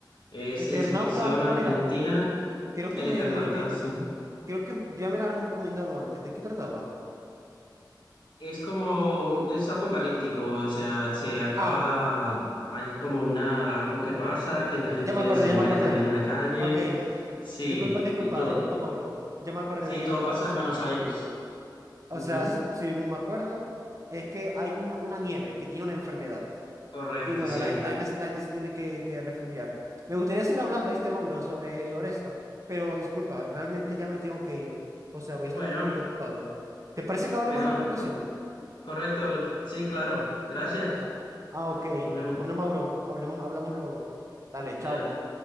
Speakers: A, on the left (about 85°); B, on the right (about 40°).
A: es
B: Eternauta,
A: ciencia ficción
B: ¿cuál
A: argentina,
B: era? Creo
A: el
B: que me,
A: Eternauta,
B: me lo habían,
A: sí.
B: creo que ya me la han recomendado antes. ¿De qué trataba?
A: Es como, es apocalíptico, o sea, se acaba,
B: Ah.
A: hay como una, algo que pasa, que la gente
B: Ya me acordé,
A: se muere
B: ya me acordé.
A: también en la calle,
B: Ok.
A: sí,
B: Disculpa, disculpa,
A: y todo,
B: disculpa, Mauro. Ya me acordé
A: sí,
B: de qué
A: todo
B: trataba.
A: pasa
B: O
A: en
B: sea,
A: Buenos Aires.
B: o
A: Ujú,
B: sea, s- si según me acuerdo, es que hay una, una nieve que tiene una enfermedad.
A: Correcto,
B: Y bueno,
A: sí.
B: la, gen- la gente, se- la gente se tiene que, que refugiar. Me gustaría seguir hablando, ¿viste, Mauro, sobre, sobre esto? Pero disculpa, realmente ya me tengo que ir. O sea, voy
A: Bueno,
B: a estar un poquito ocupado. ¿Te parece que hablemos
A: bueno,
B: en otra ocasión?
A: pa- correcto, sí, claro, gracias.
B: Ah, ah, ok.
A: Nos vemos.
B: Bueno, Mauro, hablemos, hablamos luego. Dale,
A: Adiós.
B: chao.